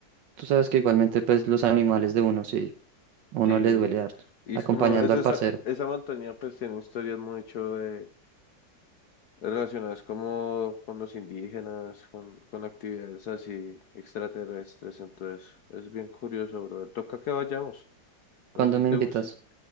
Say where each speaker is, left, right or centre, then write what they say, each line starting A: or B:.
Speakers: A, on the right; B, on the left.
A: Tú sabes que igualmente pues los animales de uno, sí, uno
B: Sí,
A: le duele harto.
B: y
A: Acompañando
B: es como, es
A: al
B: esa,
A: parcero.
B: esa montaña pues tiene historias mucho de, relacionadas como con los indígenas, con, con actividades así extraterrestres, entonces es bien curioso, brother. Toca que vayamos,
A: ¿Cuándo
B: no sé si
A: me
B: te
A: invitas?
B: gusta.